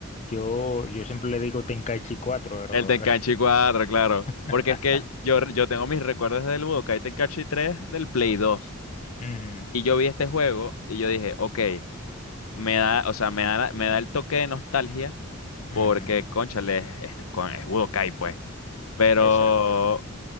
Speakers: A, on the left (about 35°); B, on the left (about 80°).
A: yo, yo siempre le digo Tenkaichi cuatro pero...
B: El Tenkaichi 4, claro.
A: <laughs>
B: Porque es que yo, yo tengo mis recuerdos del Budokai Tenkaichi 3 del Play 2.
A: Ujú,
B: Y yo vi este juego y yo dije, ok, me da, o sea, me da, la- me da el toque de nostalgia
A: ujú,
B: porque, cónchale, es, este, con- es Budokai, pues. Pero,
A: exacto.